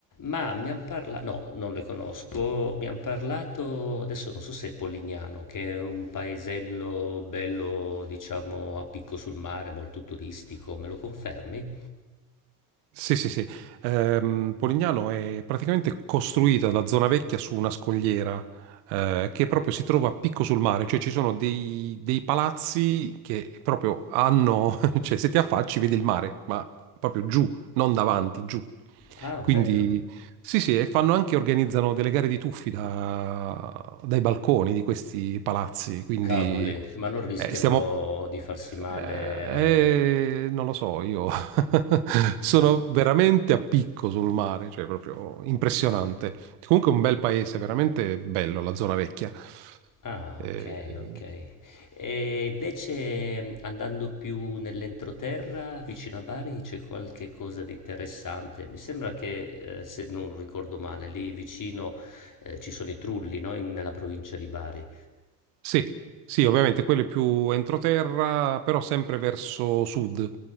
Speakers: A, on the left; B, on the right.
A: Ma mi han parla no, non le conosco. Mi han parlato, adesso non so se è Polignano, che è un paesello bello, diciamo, a picco sul mare, molto turistico. Me lo confermi?
B: Sì, sì, sì. Ehm, Polignano è praticamente costruita la zona vecchia su una scogliera eh, che proprio si trova a picco sul mare, cioè ci sono dei, dei palazzi che proprio hanno, <laughs> cioè se ti affacci vedi il mare, ma proprio giù, non davanti, giù.
A: Ah, bello.
B: Quindi sì, sì, e fanno anche, organizzano delle gare di tuffi da- dai balconi di questi palazzi, quindi
A: Cavoli, ma non rischiano
B: eh, stiamo...
A: di farsi male?
B: eh, non lo so, io <laughs> sono veramente a picco sul mare, cioè proprio impressionante.
A: <laughs>
B: Comunque è un bel paese, veramente bello la zona vecchia.
A: Ah,
B: Eh,
A: ok, ok. E invece mh, andando più nell'entroterra, vicino a Bari, c'è qualche cosa di interessante. Mi sembra che, eh, se non ricordo male, lì vicino, eh, ci sono i Trulli, no? In- nella provincia di Bari.
B: Sì, sì, ovviamente quello è più entroterra, però sempre verso sud.